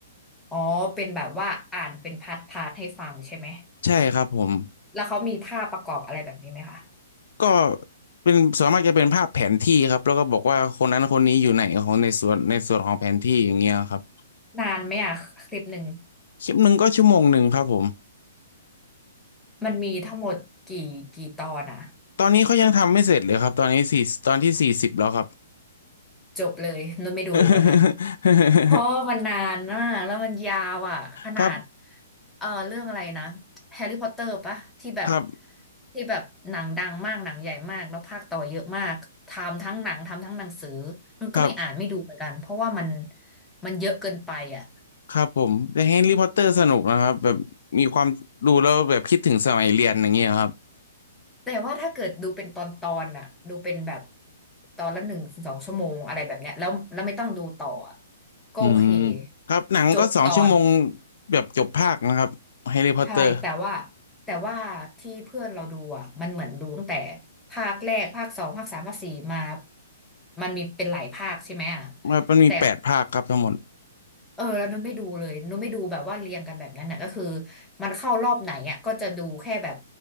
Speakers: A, in the centre; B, on the left (about 60°).
A: อ๋อเป็นแบบว่าอ่านเป็นพาร์ทพาร์ทให้ฟังใช่ไหม
B: ใช่ครับผม
A: แล้วเขามีภาพประกอบอะไรแบบนี้ไหมคะ
B: ก็เป็นส่วนมากจะเป็นภาพแผนที่ครับแล้วก็บอกว่าคนนั้นคนนี้อยู่ไหนของในส่วนในส่วนของแผนที่อย่างเงี้ยครับ
A: นานไหมอ่ะคลิปหนึ่ง
B: คลิปหนึ่งก็ชั่วโมงหนึ่งครับผม
A: มันมีทั้งหมดกี่กี่ตอนอ่ะ
B: ตอนนี้เขายังทำไม่เสร็จเลยครับตอนนี้สี่ตอนที่สี่สิบแล้วครับ
A: จบเลยนุ่นไม่ดูแบบนั้น
B: <laughs>
A: เพราะมันนานนะแล้วมันยาวอ่ะขนาด
B: ครับ
A: เออเรื่องอะไรนะแฮร์รี่พอตเตอร์ปะที่แบบ
B: ครับ
A: ที่แบบหนังดังมากหนังใหญ่มากแล้วภาคต่อเยอะมากทำทั้งหนังทำทั้งหนังสือนุ่นก็ไม่อ่านไม่ดูเหมือนกันเพราะว่ามัน
B: ครับ
A: มันเยอะเกินไปอ่ะ
B: ครับผมแต่แฮร์รี่พอตเตอร์สนุกนะครับแบบมีความดูแล้วแบบคิดถึงสมัยเรียนอย่างเงี้ยครับ
A: แต่ว่าถ้าเกิดดูเป็นตอนตอนอ่ะดูเป็นแบบตอนละหนึ่งสองชั่วโมงอะไรแบบเนี้ยแล้วแล้วไม่ต้องดูต่ออะก็โอเค
B: อืมครับหนังก็สองชั่วโมง
A: จบตอน
B: แบบจบภาคนะครับแฮร์รี่พอตเตอร์
A: ใช่แต่ว่าแต่ว่าที่เพื่อนเราดูอ่ะมันเหมือนดูตั้งแต่ภาคแรกภาคสองภาคสามภาคสี่มามันมีเป็นหลายภาคใช่ไหมอ่ะ
B: ครับมันมีแปดภาคครับทั้งหมด
A: แต่เออแล้วนุ้นไม่ดูเลยนุ้นไม่ดูแบบว่าเรียงกันแบบนั้นน่ะก็คือมันเข้ารอบไหนอ่ะก็จะดูแค่แบบ